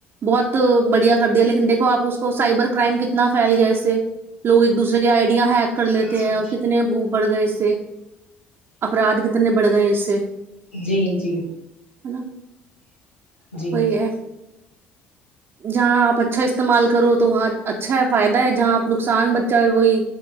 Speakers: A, on the right (about 40°); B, on the left (about 85°).
A: بہت بڑھیا کر دیا لیکن دیکھو آپ اس کو سائبر کرائم کے کتنا پھیل گیا اسے لوگ ایک دوسرے کے آئیڈیا ہیک کر لیتے
B: جی
A: ہیں کتنے بڑھ گئے اس سے افراد کتنے بڑھ گئے ہیں اس سے
B: جی جی
A: ہے نا
B: جی
A: وہی ہے جہاں آپ اچھا استعمال کرو دوست تو وہاں اچھا ہے فائدہ ہے جہاں آپ نقصان بچہ ہے وہی